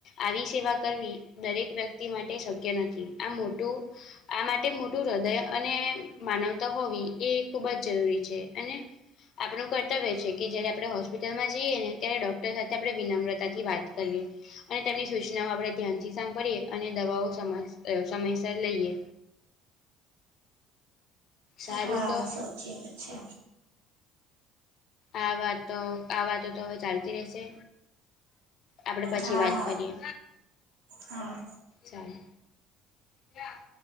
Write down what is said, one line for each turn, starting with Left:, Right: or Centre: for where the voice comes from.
Left: આવી સેવા કરવી દરેક વ્યક્તિ માટે શક્ય નથી. આ મોટું આ માટે મોટું હૃદય અને માનવતા હોવી એ ખૂબ જ જરૂરી છે. અને આપણું કર્તવ્ય છે કે જયારે આપણે હોસ્પિટલમાં જઈએ ને ત્યારે ડોક્ટર સાથે આપણે વિનમ્રતા થી વાત કરવી. અને તેમની સૂચનાઓ આપણે ધ્યાનથી સાંભળીએ, અને દવાઓ સમયસર લઈએ. સારું
Right: હા
Left: તો
Right: સાચી વાત છે.
Left: આ વાતો આ વાતો તો હવે ચાલતી રહેશે. આપડે પછી
Right: હા
Left: વાત
Right: હા
Left: કરીએ.
Right: હા.
Left: સારું ક્યાં?